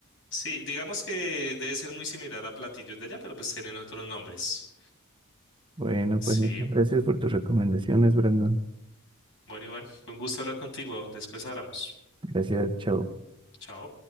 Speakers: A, on the left; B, on the right.
A: Sí, digamos que debe ser muy similar a platillos de allá, pero pues tienen otros nombres.
B: Bueno,
A: Sí,
B: pues muchas gracias por tus recomendaciones, Brandon.
A: bueno, Iván, fue un gusto hablar contigo. Después hablamos.
B: Gracias, chao.
A: Chao.